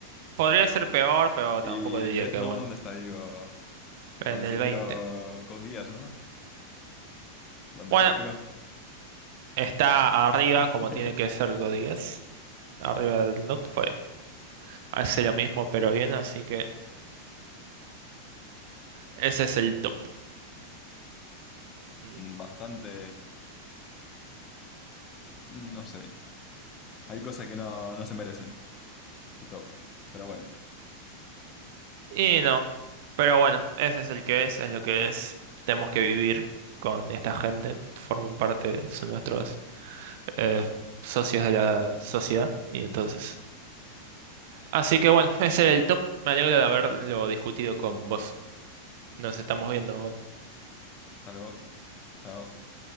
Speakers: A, on the right; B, on the left.
A: Podría ser peor, pero
B: Y
A: tampoco diría
B: Death
A: que
B: Note,
A: bueno.
B: ¿dónde está? Digo, donde
A: En el
B: se inspiró
A: 20.
B: Code Geass, ¿no? Donde
A: Bueno,
B: copió.
A: está arriba,
B: <laughs>
A: como tiene que ser Godías. Arriba del not, pues hace lo mismo, pero bien. Así que ese es el top. Mm.
B: Bastante, no sé. Hay cosas que no, no se merecen su top. Pero bueno,
A: Y no, pero bueno, ese es el que es, es lo que es. Tenemos que vivir con esta gente, forman parte, son nuestros eh, socios de la sociedad, y entonces. Así que bueno, <laughs> ese era el top. Me alegro de haberlo discutido con vos. Nos estamos viendo, bueno.
B: hasta luego. Chao.